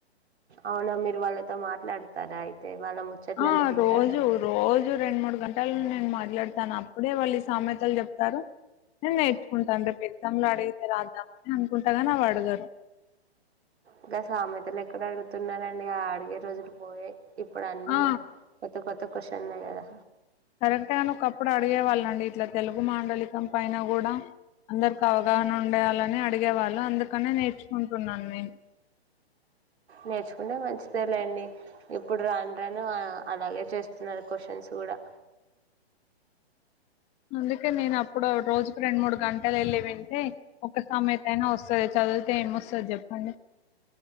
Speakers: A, on the right (about 75°); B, on the left (about 20°).
A: అవునా మీరు వాళ్ళతో మాట్లాడతారా అయితే వాళ్ళ ముచ్చట్లన్నీ
B: ఆ
A: వింటారా
B: రోజు రోజు రెండు మూడు గంటలు నేను మా మాట్లాడతాను అప్పుడే వాళ్ళు ఈ సామెతలు చెప్తారు నేను నేర్చుకుంటాను ఎగ్జామ్ లో అడిగితే రాద్దామ అని అనుకుంటాగాని అవి అడగరు
A: ఇంకా సామెతలు ఎక్కడ అడుగుతున్నారండి ఆ అడిగే రోజులు పోయాయి ఇప్పుడు అన్నీ
B: ఆ
A: కొత్త కొత్త కొషన్ ఉన్నయి గదా
B: కరెక్ట్ గానీ ఒకప్పుడు అడిగేవాళ్ళ అండి ఇట్లా తెలుగు మాండలికం పైన కూడా అందరికి అవగాహన ఉండేయాలని అడిగేవాళ్ళు అందుకనే నేర్చుకుంటున్నాను నేను
A: నేర్చుకుంటే మంచిదే లేండి ఇప్పుడు రాను రాను ఆ అలాగే చేస్త అన్నారు క్వశ్చన్స్ కూడా
B: అందుకే నేను అప్పుడు రోజుకు రెండు మూడు గంటలు వెళ్ళి వింటే ఒక సామెత అయినా వస్తది చదువు తి ఎమ్ మొస్తది జప్పండి